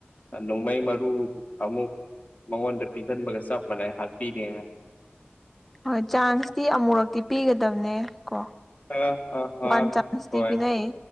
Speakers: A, on the left; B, in the centre.
A: ꯅꯣꯡꯃꯥꯏ ꯃꯥꯔ ꯑꯃꯃꯨꯛ ꯃꯉꯣꯟꯗ ꯄꯤꯁꯤꯟꯕꯒ ꯆꯞ ꯃꯥꯟꯅꯩ ꯍꯥꯞꯄꯤꯅꯦ
B: ꯍꯣꯏ ꯆꯥꯟꯁꯇꯤ ꯑꯃꯨꯔꯛꯇꯤ ꯄꯤꯒꯗꯕꯅꯦ꯫ ꯀꯣ
A: ꯑ ꯑ
B: ꯋꯥꯟ
A: ꯑ
B: ꯆꯥꯟꯁꯗꯤ
A: ꯍꯣꯏ
B: ꯄꯅꯏꯌꯦ꯫